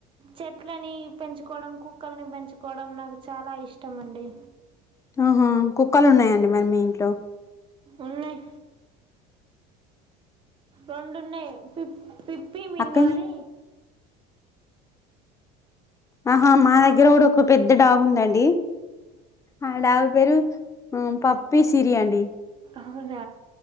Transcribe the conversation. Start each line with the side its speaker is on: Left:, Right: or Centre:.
Right: చెట్లనీ పెంచుకోవడం కుక్కలని పెంచుకోవడం నాకు చాలా ఇష్టమండి
Left: ఆహా కుక్కలు ఉన్నాయండి మరి మీ ఇంట్లో
Right: ఉన్నయి రెండున్నాయి పిప్ పిప్పీ మిన్ను
Left: అక్కయ్
Right: అని
Left: ఆహా మా దగ్గర కూడా ఒక పెద్ద డాగుదండి ఆ డాగ్ పేరు పప్పి సిరి అండి
Right: ఔనా